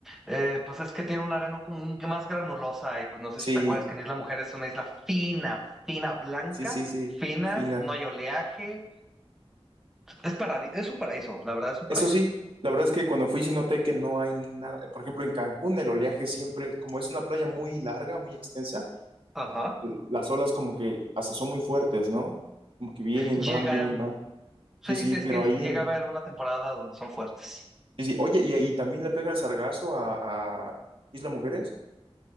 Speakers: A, in the centre; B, on the right.
A: eh, pues es que tiene una arena como un- más granulosa y pues no sé
B: Sí,
A: si te acuerdas que en Isla Mujer es una isla fina, fina, blanca,
B: sí, sí, sí,
A: finas,
B: fina.
A: no hay oleaje, es paradi- es un paraíso, la verdad es un
B: Eso
A: paraíso.
B: sí, la verdad es que cuando fui sí noté que no hay nada. Por ejemplo, en Cancún el oleaje siempre, como es una playa muy larga, muy extensa,
A: Ajá.
B: las olas como que hasta son muy fuertes, ¿no? Como que vienen,
A: Llegan,
B: van, vienen, van.
A: sí,
B: Sí, sí,
A: sí, es
B: pero
A: que
B: ahí
A: llega
B: en...
A: a haber una temporada donde son fuertes.
B: Sí, sí. Oye, y ahí también le pega el sargazo a, a Isla Mujeres.